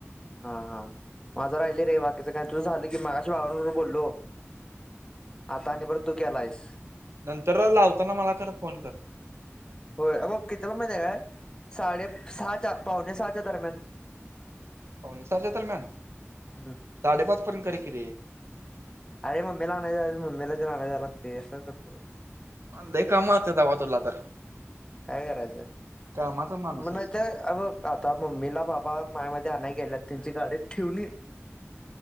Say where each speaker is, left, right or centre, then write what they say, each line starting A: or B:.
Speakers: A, on the left; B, on the right.
A: हा हा, माझं राहिलय रे बाकीचं काय, तुझं झालं की, मागशी बाबां बरोबर बोललो. आता
B: चाल
A: आणि परत तू केलायस.
B: नंतर लावताना मला खरं फोन कर.
A: होय, अबघ कितीला माहितय काय, साडे सहाच्या पावणे सहाच्या दरम्यान.
B: पावणेसाच्या दरम्यान,
A: हम्म
B: साडेपाच पर्यंत कर की रे.
A: अरे मम्मीला आणाय मम्मीला आणायला जावं लागतंय, असं काय करतुस.
B: लय कामं असत्यात आबा तुला तर.
A: काय करायचं,
B: कामाचा माणूस
A: मग
B: आहेस
A: नाय त अ बघ आता मम्मीला बाबा मायामते आणाय गेल्यात, त्यांची गाडी ठेवलीत